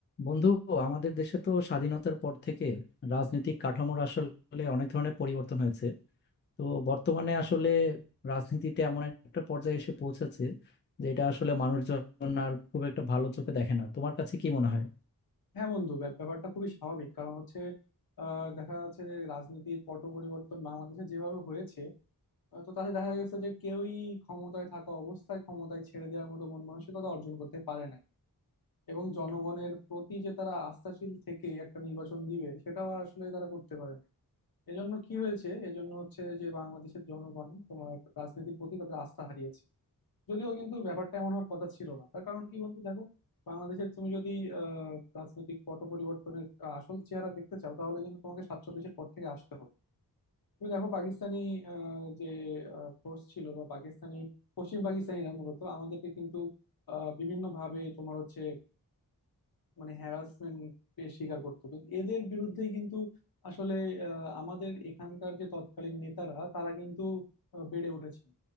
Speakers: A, on the left (about 30°); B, on the left (about 65°).
A: বন্ধু আমাদের দেশে তো স্বাধীনতার পর থেকে রাজনৈতিক কাঠামোর আসলে অনেক ধরনের পরিবর্তন হয়েছে তো বর্তমানে আসলে রাজনীতিতে এমন একটা পর্যায়ে এসে পৌঁছেছে যে এটা আসলে মানুষজন আর খুব একটা ভালো চোখে দেখে না তোমার কাছে কি মনে হয়
B: হ্যাঁ বন্ধু ব্যাপ- ব্যাপারটা খুবই স্বাভাবিক কারণ হচ্ছে আহ, দেখা যাচ্ছে যে রাজনীতির পট পরিবর্তন বাংলাদেশে যেভাবে হয়েছে আহ, তো তাতে দেখা গেছে যে কেউই ক্ষমতায় থাকা অবস্থায় ক্ষমতায় ছেড়ে দেওয়ার মতো মন মানসিকতা অর্জন করতে পারে নাই এবং জনগণের প্রতি যে তারা আস্থাশীল থেকে একটা নির্বাচন দিবে সেটাও আসলে তারা করতে পারে না এজন্য কি হয়েছে এজন্য হচ্ছে যে বাংলাদেশের জনগণ তোমার রাজনীতির প্রতি তাদের আস্থা হারিয়েছে যদিও কিন্তু ব্যাপারটা এমন হওয়ার কথা ছিল না তার কারণ কি বন্ধু দেখো বাংলাদেশের তুমি যদি আহ, রাজনৈতিক পট পরিবর্তনের আহ, আসল চেহারা দেখতে চাও তাহলে কিন্তু তোমাকে সাতচল্লিশের পর থেকে আসতে হবে তুমি দেখো পাকিস্তানি আহ, যে ফোর্স ছিল বা পাকিস্তানি পশ্চিম পাকিস্তানিরা মূলত আমাদেরকে কিন্তু বিভিন্ন ভাবে তোমার হচ্ছে মানে হ্যারাসমেন্ট স্বীকার করতো কিন্তু এদের বিরুদ্ধেই কিন্তু আসলে আহ, আমাদের এখানকার যে তৎকালীন নেতারা তারা কিন্তু আহ, বেড়ে উঠেছে